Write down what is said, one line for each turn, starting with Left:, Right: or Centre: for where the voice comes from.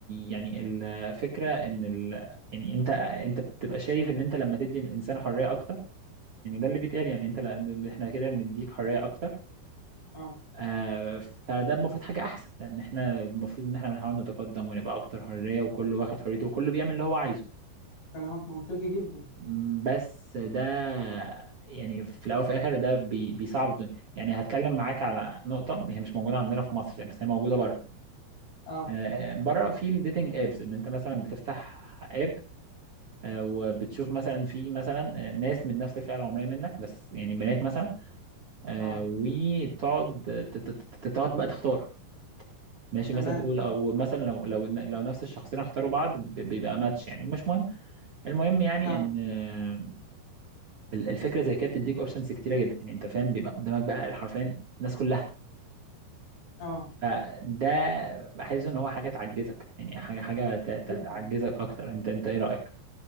Right: يعني الفكرة ان ال... يعني انت انت بتبقى شايف ان انت لما تدي الانسان حرية اكتر يعني ده اللي بيتقال يعني انت ل... احنا كده بنديك حرية اكتر
Left: اه
Right: آه، فده المفروض حاجة احسن لان احنا المفروض ان احنا بنحاول نتقدم ونبقى اكتر حرية وكل واخد حريته وكل بيعمل اللي هو عايزه
Left: كلامك منطقي جدا
Right: م، بس ده يعني في الاول وفي الاخر ده بي... بيصعب الدنيا يعني هتكلم معاك على نقطة هي مش موجودة عندنا في مصر يعني بس هي موجودة بره
Left: اه
Right: آه، بره في الديتنج ابس ان انت مثلا بتفتح اب آه، وبتشوف مثلا في مثلا آه، ناس من نفس الفئه العمريه منك بس يعني بنات مثلا آه،
Left: اه
Right: وتقعد ت- ت- ت- تقعد بقى تختار ماشي
Left: تمام
Right: مثلا تقول او مثلا لو لو لو نفس الشخصين اختاروا بعض ب- بيبقى ماتش يعني مش مهم المهم يعني
Left: فاهم
Right: ان آه، ال- الفكره زي كده بتديك اوبشنز كتيره جدا يعني انت فاهم بيبقى قدامك بقى حرفيا الناس كلها
Left: اه
Right: فده بحس ان هو حاجه تعجزك يعني حاجه حاجه ت- ت-
Left: جدا
Right: تعجزك اكتر انت انت ايه رايك؟